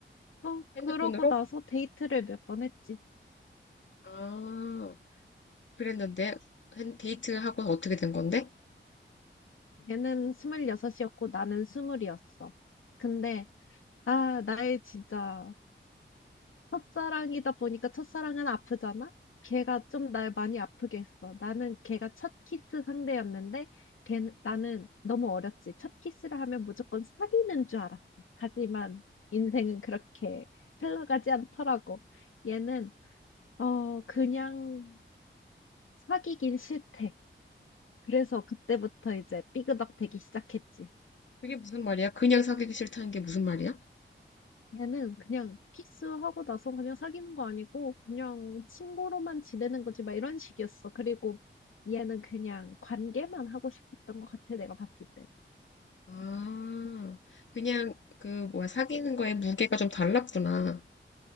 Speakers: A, on the left; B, on the left.
A: 어,
B: 핸드폰으로?
A: 그러고 나서 데이트를 몇 번 했지.
B: 아, 그랬는데 핸- 데이트하고 어떻게 된 건데?
A: 걔는 26이었고 나는 20이었어. 근데, 아, 나의 진짜 첫사랑이다 보니까 첫사랑은 아프잖아? 걔가 좀 날 많이 아프게 했어. 나는 걔가 첫 키스 상대였는데, 걔, 나는 너무 어렸지. 첫 키스를 하면 무조건 사귀는 줄 알았어. 하지만 인생은 그렇게 흘러가지 않더라고. 얘는, 어, 그냥 사귀긴 싫대. 그래서 그때부터 이제 삐그덕 되기 시작했지.
B: 그게 무슨 말이야? 그냥 사귀기 싫다는 게 무슨 말이야?
A: 얘는 그냥 키스하고 나서 그냥 사귀는 거 아니고 그냥 친구로만 지내는 거지 막 이런 식이었어. 그리고 얘는 그냥 관계만 하고 싶었던 것 같아 내가 봤을 때.
B: 아, 그냥 그 뭐야 사귀는 거에 무게가 좀 달랐구나.